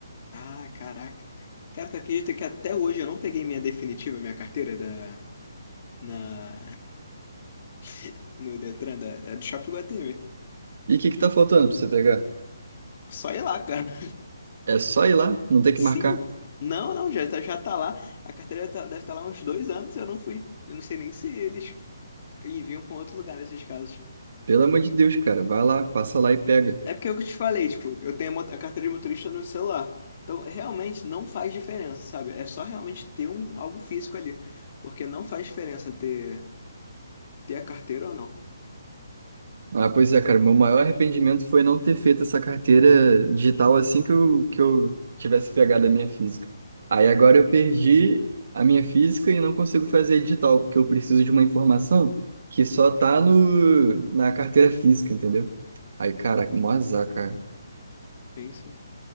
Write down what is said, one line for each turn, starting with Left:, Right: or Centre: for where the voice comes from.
Left: Ah, caraca. Cara, tu acredita que até hoje eu não peguei minha definitiva, minha carteira da, na, <laughs> no Detran, da, da- do Shopping Guatemi.
Right: E o que que tá faltando para você pegar?
Left: Só ir lá, cara.
Right: É só ir lá, não tem
Left: Sim?
Right: que marcar.
Left: Não, não, já, tá- já tá lá. A carteira tá- deve estar lá há uns dois anos, eu não fui. Eu não sei nem se eles enviam pra um outro lugar nesses casos.
Right: Pelo amor de Deus, cara, vai lá, passa lá e pega.
Left: É porque eu te falei, tipo, eu tenho a mo- a carteira de motorista no celular. Então, realmente não faz diferença, sabe? É só realmente ter um, algo físico ali. Porque não faz diferença ter, ter a carteira ou não.
Right: Ah, pois é, cara, meu maior arrependimento foi não ter feito essa carteira digital assim que eu, que eu tivesse pegado a minha física. Aí agora eu perdi a minha física e não consigo fazer a digital, porque eu preciso de uma informação que só tá no, na carteira física, entendeu? Aí, cara, mó azar, cara.
Left: Sim, sim.